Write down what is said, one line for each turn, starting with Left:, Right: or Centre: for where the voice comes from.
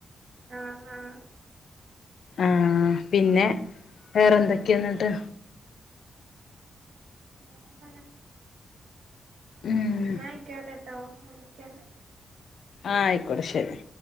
Right: ആഹ് ആഹ്.
Left: ആ പിന്നെ
Right: അങ്ങനെ
Left: വേറെന്തൊക്കെയാ എന്നിട്ട്.
Right: വേറെന്താ
Left: ഉം
Right: എന്നായിക്കോട്ടെ ട്ടോ വിളിക്കാം.
Left: ആഹ് ആയിക്കോട്ടെ ശരി.